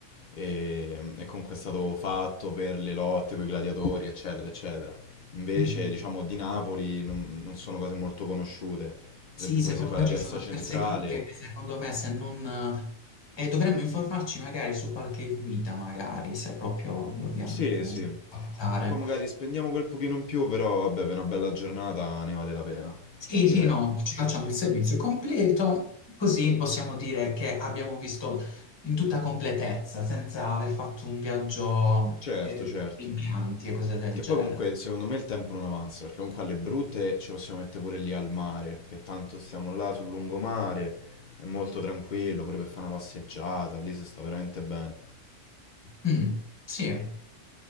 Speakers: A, on the left; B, on the left.
A: e- e comunque è stato fatto per le lotte, con i gladiatori, eccetera, eccetera. Invece,
B: Sì.
A: diciamo, di Napoli non, non sono cose molto conosciute. Ad
B: Sì,
A: esempio, pure
B: secondo
A: se vai
B: me
A: alla
B: ci
A: piazza
B: sono diverse
A: centrale,
B: chicche che secondo me se non... eh, E dovremmo informarci magari su qualche guida, magari, se proprio dobbiamo
A: sì, sì,
B: guardare.
A: che poi magari spendiamo quel pochino in più, però vabbè, per una bella giornata ne vale la pena,
B: Sì,
A: direi.
B: sì, no, ci facciamo il servizio completo, così possiamo dire che abbiamo visto in tutta completezza, senza aver fatto un viaggio
A: Certo,
B: eh,
A: certo.
B: in pianti e cose del
A: Che
B: genere.
A: poi comunque secondo me il tempo non avanza, perché comunque alle brutte ci possiamo mettere pure lì al mare, che tanto stiamo là sul lungomare, è molto tranquillo, pure per fare una passeggiata, lì si sta veramente bene.
B: Mm, sì.